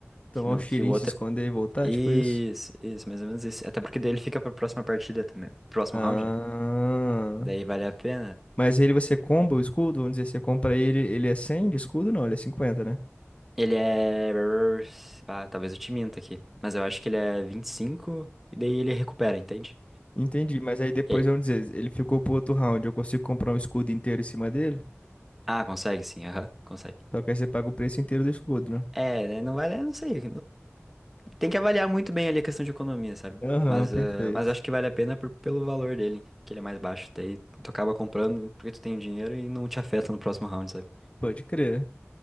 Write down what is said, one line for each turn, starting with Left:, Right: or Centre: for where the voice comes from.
Left: Tomar
Centre: que, não,
Left: um tirinho,
Centre: que o outro...
Left: se esconder
Centre: é,
Left: e voltar,
Centre: Isso,
Left: tipo isso?
Centre: isso, mais ou menos isso. Até porque daí ele fica pra próxima partida também, próximo
Left: Ah.
Centre: round, né? Daí vale a pena.
Left: Mas ele você comba o escudo? Vamos dizer, você compra ele, ele é 100 de escudo? Não, ele é 50, né?
Centre: Ele é... Ah, talvez eu te minta aqui, mas eu acho que ele é 25 e cinco e daí ele recupera, entende?
Left: Entendi, mas aí depois,
Centre: E-
Left: vamos dizer, ele ficou pro outro round, eu consigo comprar um escudo inteiro em cima dele?
Centre: Ah, consegue sim, aham, consegue.
Left: Só que aí você paga o preço inteiro do escudo, né?
Centre: É, né, não vale, eu não sei. Tem que avaliar muito bem ali a questão de economia, sabe?
Left: Aham,
Centre: Mas,
Left: perfeito.
Centre: eh, mas acho que vale a pena por- pelo valor dele, que ele é mais baixo. Daí tu acaba comprando porque tu tem o dinheiro e não te afeta no próximo round, sabe?
Left: Pode crer.